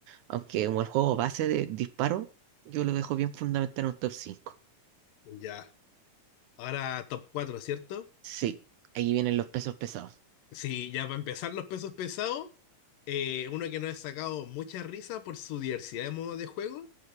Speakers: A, on the right; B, on the left.
A: Aunque como el juego base de disparo, yo lo dejo bien fundamentado en un top 5.
B: ya. Ahora top cuatro ¿cierto?
A: Sí, ahí vienen los pesos pesados.
B: Sí, ya para empezar los pesos pesados, eh, uno que nos ha sacado mucha risa por su diversidad de modos de juego,